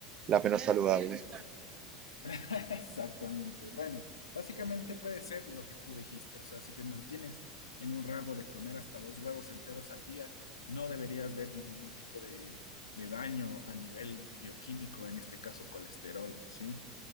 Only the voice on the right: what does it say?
la menos saludable.